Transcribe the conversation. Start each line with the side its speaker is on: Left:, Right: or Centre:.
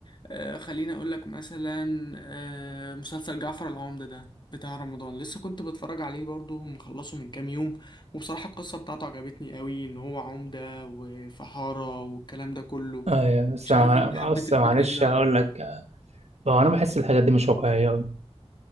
Left: آه، خليني اقول لك مثلا آه، مسلسل جعفر العمدة ده بتاع رمضان لسه كنت بتفرج عليه برضو مخلصه من كام يوم وبصراحة القصة بتاعته عجبتني قوي ان هو عمدة وفحارة والكلام ده كله
Right: آه يعني بس
Left: مش عارف انت حبيت
Right: بس
Left: الفكرة
Right: معلش
Left: دي ولا
Right: أقول
Left: لا
Right: لك هو أنا بحس الحاجات دي مش واقعية